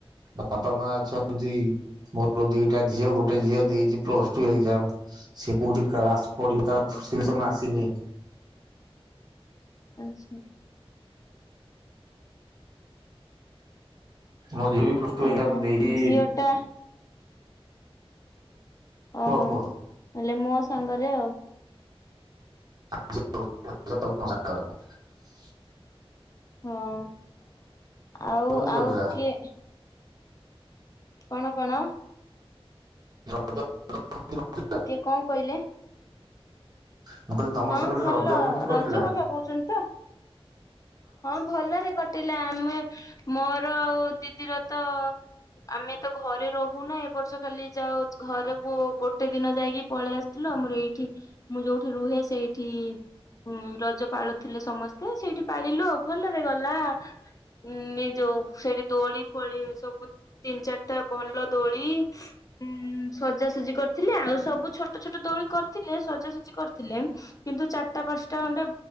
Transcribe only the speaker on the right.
ବାପା, ମା ଅଛନ୍ତି। ମୋର ତ ଦିଟା ଝିଅ ଗୋଟେ ଝିଅ ଦେଇଛି ପ୍ଲସ ଟୁ ଏକ୍ଜାମ। ସେ କୋଉଠି କ୍ଲାସ ପଢିବ ତା
ସିଲେସନ ଆସିନି।
ମୋ ଝିଅ ବି ପ୍ଲସ୍ ଟୁ
ଏକ୍ସାମ ଦେଇଛି।
କୁହ କୁହ
<inaudible>
କେମିତି
କଟିଲା
<inaudible>
<unintelligible>
ରଜ କେମିତି
କଟିଲା